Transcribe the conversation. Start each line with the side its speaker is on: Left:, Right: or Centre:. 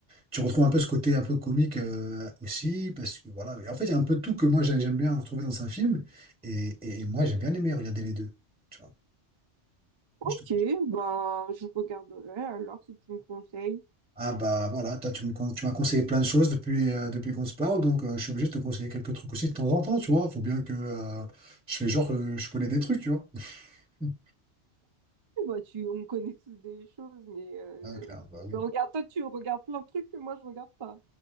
Centre: tu retrouves un peu ce côté un peu comique euh, aussi. Parce que voilà. Et en fait, il y a un peu tout que moi, j'ai- j'aime bien retrouver dans un film. Et, et- et moi, j'ai bien aimé regarder les deux. Tu vois.
Right: ok,
Centre: Moi, je te conseille.
Right: bah, je regarderai alors si tu me conseilles.
Centre: Ah bah voilà, toi tu me con- tu m'as conseillé plein de choses depuis, euh, depuis qu'on se parle, donc euh, je suis obligé de te conseiller quelques trucs aussi de temps en temps, tu vois. Faut bien que euh, je fais genre euh, je connais des trucs, tu vois. <laughs>
Right: Bah, tu, on connaît tous des choses, mais euh,
Centre: Ah, clair, bah oui.
Right: regarde, toi, tu regardes plein de trucs que moi, je regarde pas.